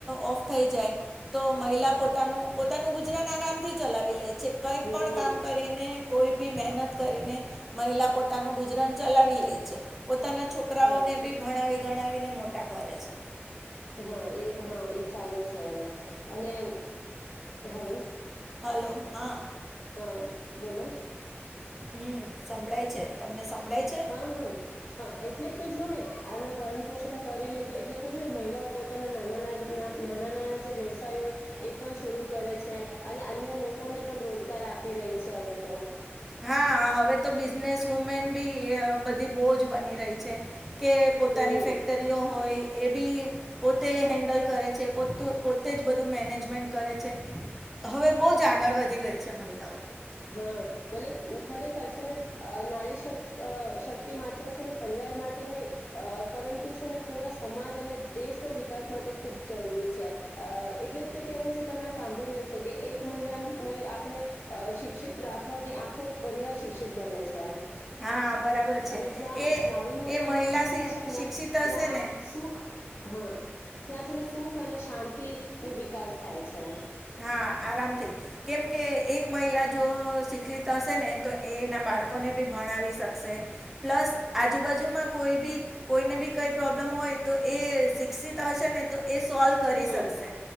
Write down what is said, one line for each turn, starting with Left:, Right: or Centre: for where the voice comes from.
Centre: ઓફ થાઈ જાય તો મહિલા પોતાનું પોતાનું ગુજરાન આરામ થી ચલાવી લે જે કંઈ
Left: હમ
Centre: પણ કામ કરીને કોઈ બી મહેનત કરીને, મહિલા પોતાનું ગુજરન ચલાવી લે છે. પોતાના છોકરાઓને
Left: હા
Centre: બી ભણાવી ગણાવીને મોટા કરે છે.
Left: હા એ હા એ ચાલે છે હવે, અને હલો.
Centre: હલો હા.
Left: હા બોલો.
Centre: હમ સંભળાય છે. સંભળાય છે?
Left: હા હા. હા એટલે જ તો જો ને આના ભરણ પોષણ કરી લે છે એટલે તો જો ને મહિલાઓ પોતાના નાના નાના નાના જે વ્યવસાય હોય, એ પણ શરૂ કરે છે, અને અન્ય લોકોને પણ રોજગાર આપી રહી છે હવે તો.
Centre: હા હવે તો બિઝનેસ વુમેન બી બધી બહુજ બની રહી છે. કે પોતાની
Left: હમ
Centre: ફેક્ટરીઓ હોય. એ બી, પોતે હેન્ડલ કરે છે પો પોતે જ બધું મેનેજમેન્ટ કરે છે, હવે બહુ જ આગળ વધી ગઈ છે મહિલાઓ.
Left: હા, મતલબ ખરેખર છે ને નારી શક્ શક્તિ માત્ર છે ને પરિવાર માટે નહી, પરંતુ છે ને પૂરા સમાજ અને દેશના વિકાસ માટે ખૂબ જરૂરી છે, અ એટલે જ તો કેહેવાય છે તમે આ સાંભળ્યો છે કે એક મહિલાને આપણે, શિક્ શિક્ષિત રાખવાથી આખો પરિવાર શિક્ષિત બને છે.
Centre: હા બરાબર છે.
Left: અને જ્યાં
Centre: એ
Left: નારી નું
Centre: એ
Left: સન્માન
Centre: મહિલા
Left: થાય
Centre: શિ-
Left: છે ને,
Centre: શિક્ષિત
Left: ત્યાં
Centre: હશે ને
Left: સુખ હા ત્યાં છે ને સુખ અને શાંતિ નો વિકાસ થાય છે.
Centre: હા આરામથી, કેમકે એક મહિલા જો શિક્ષિત હશે ને તો એના બાળકોને બી ભણાવી શકશે, પ્લસ આજુબાજુમાં કોઈ બી કોઈને બી કંઈ પ્રોબ્લેમ હોય તો એ શિક્ષિત હશે ને તો એ સોલ્વ કરી
Left: હમ
Centre: શકશે,